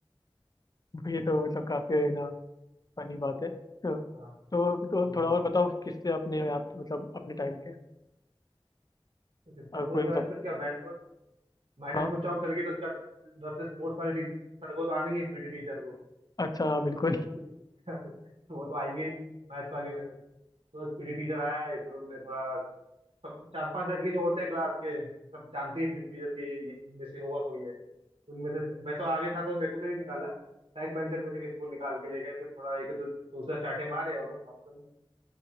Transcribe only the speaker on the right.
हाँ
हम्म।
तो किससे
हुई
बात?
फिर क्या मैडम को मैडम
को चौक गल गई तो उसके बाद फिर उधर से स्पोर्ट्स वाले टीचर सर को तो आने ही पीटी टीचर को
<laughs> वो तो आएंगे ही मैथ्स वाली मैडम बस पीटी टीचर आए फिर उनने थोड़ा सब चार पांच लड़के जो होते हैं क्लास के सब जानते हैं पीटी टीचर के ये ये- इनमें से होगा कोई है उनमें से मैं तो आगे था तो मेरे को तो नहीं निकाला बैक बेंचर में से किसी को निकाल के ले गए फिर थोड़ा एक दो दो से चाटे मारे और लोग वापस अंदर